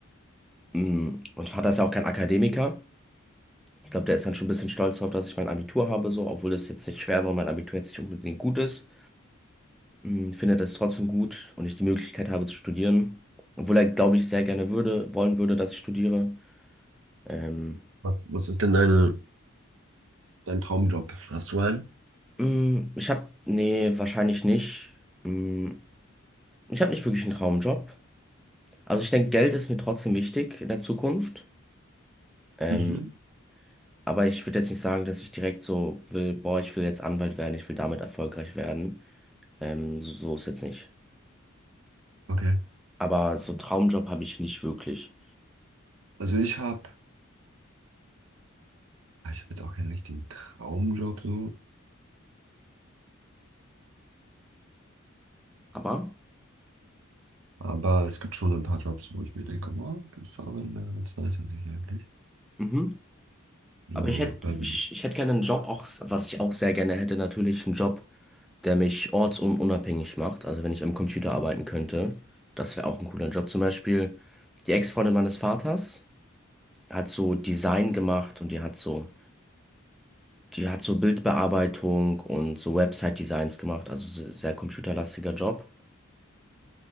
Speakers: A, in the centre; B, on the right (about 70°).
A: Mm, Mein Vater ist ja auch kein Akademiker. Ich glaube, der ist dann schon ein bisschen stolz darauf, dass ich mein Abitur habe, so, obwohl es jetzt nicht schwer war und mein Abitur jetzt nicht unbedingt gut ist. mh, findet es trotzdem gut und ich die Möglichkeit habe zu studieren. Obwohl er, glaube ich, sehr gerne würde, wollen würde, dass ich studiere. Ähm,
B: Was, was ist denn deine, dein Traumjob? Hast du einen?
A: mh, ich habe, nee, wahrscheinlich nicht. Mh, ich habe nicht wirklich einen Traumjob. Also ich denke, Geld ist mir trotzdem wichtig in der Zukunft. Ähm,
B: Mhm.
A: aber ich würde jetzt nicht sagen, dass ich direkt so will, boah, ich will jetzt Anwalt werden, ich will damit erfolgreich werden. Ähm, so, so ist jetzt nicht.
B: Okay.
A: Aber so einen Traumjob habe ich nicht wirklich.
B: Also ich habe, ich habe jetzt auch keinen richtigen Traumjob so,
A: Aber.
B: aber es gibt schon ein paar Jobs, wo ich mir denke, wow, das Arbeiten wäre ganz nice an sich eigentlich.
A: Mhm.
B: So,
A: Aber ich hätte,
B: ähm,
A: ich, ich hätte gerne einen Job, auch, was ich auch sehr gerne hätte, natürlich einen Job, der mich ortsunabhängig macht. Also wenn ich am Computer arbeiten könnte, das wäre auch ein cooler Job. Zum Beispiel die Ex-Freundin meines Vaters hat so Design gemacht und die hat so, die hat so Bildbearbeitung und so Website-Designs gemacht, also se- sehr computerlastiger Job.